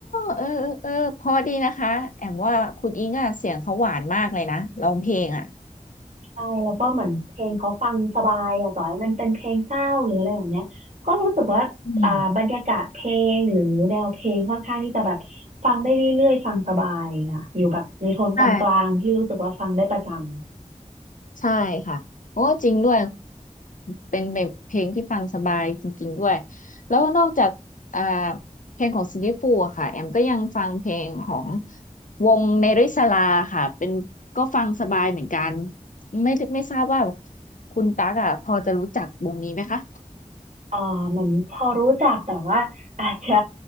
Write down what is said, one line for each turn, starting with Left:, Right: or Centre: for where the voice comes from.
Left: เออเออเออเพอดีนะคะ แอมว่าคุณอิงอะเสียงเขาหวานมากเลยนะร้องเพลงอ่ะ
Right: ใช่แล้วก็เหมือนเพลงเขาฟังสบายอะต่อให้มันเป็นเพลงเศร้าหรืออะไรแบบเนี้ยก็รู้สึกว่าอ่าบรรยากาศเพลงหรือแนวเพลงค่อนข้างที่จะแบบฟังได้เรื่อยๆฟังสบายค่ะอยู่แบบในโทนกลางๆที่รู้สึกว่าฟังได้ประจำ
Left: อืมใช่ ใช่ค่ะโอ้จริงด้วย เป็นแบบเพลงที่ฟังสบายจริงๆด้วยแล้วนอกจากอ่าเพลงของซิลลี่ฟูอะค่ะแอมก็ยังฟังเพลงของวงเนริสลาค่ะ เป็นก็ฟังสบายเหมือนกัน ไม่ไม่ทราบว่าคุณตั๊กอ่ะพอจะรู้จักวงนี้ไหมคะ
Right: เอ่อเหมือนพอรู้จักแต่ว่าอาจจะ